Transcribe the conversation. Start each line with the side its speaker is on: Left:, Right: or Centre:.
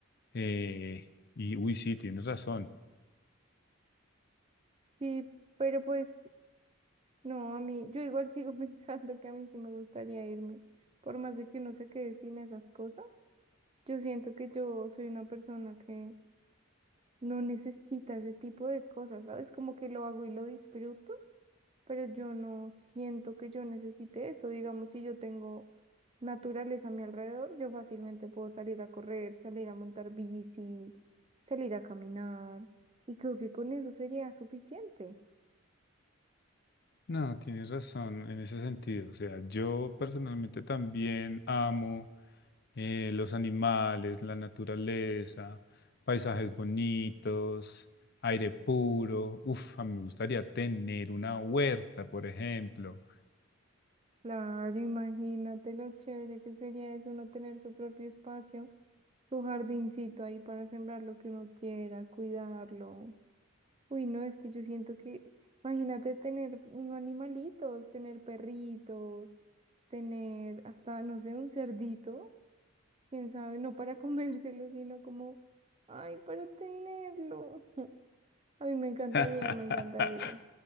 Left: eh, y uy, sí, tienes razón.
Right: Sí, pero pues no, a mí, yo igual sigo <laughs> pensando que a mí sí me gustaría irme, por más de que uno se quede sin esas cosas. Yo siento que yo soy una persona que no necesita ese tipo de cosas, ¿sabes? Como que lo hago y lo disfruto pero yo no siento que yo necesite eso. Digamos, si yo tengo naturaleza a mi alrededor, yo fácilmente puedo salir a correr, salir a montar bici, salir a caminar, y creo que con eso sería suficiente.
Left: No, tienes razón en ese sentido. O sea, yo personalmente también amo eh, los animales, la naturaleza, paisajes bonitos, aire puro. Uf, a mí me gustaría tener una huerta, por ejemplo.
Right: Claro, imagínate lo chévere que sería eso, uno tener su propio espacio, su jardincito ahí para sembrar lo que uno quiera, cuidarlo. Uy, no, es que yo siento que, imagínate tener unos animalitos, tener perritos, tener hasta, no sé, un cerdito, quién sabe, no para <laughs> comérselo, sino como, ay, para tenerlo. <laughs> A mí me encantaría,
Left: <laughs>
Right: me encantaría.